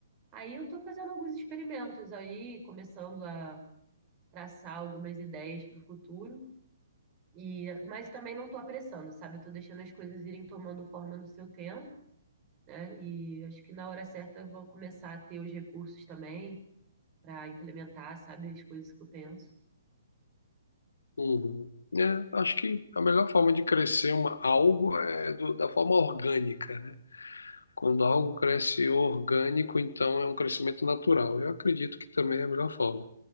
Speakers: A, on the right; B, on the left.
A: Aí eu estou fazendo alguns experimentos aí, começando a traçar algumas ideias para o futuro. E, mas também não estou apressando, sabe? Eu estou deixando as coisas irem tomando forma no seu tempo, né? E acho que na hora certa eu vou começar a ter os recursos também para implementar, sabe, as coisas que eu penso.
B: Uhum. É, acho que a melhor forma de crescer uma, algo é do- da forma orgânica, né? Quando algo cresce orgânico, então é um crescimento natural. Eu acredito que também é a melhor forma.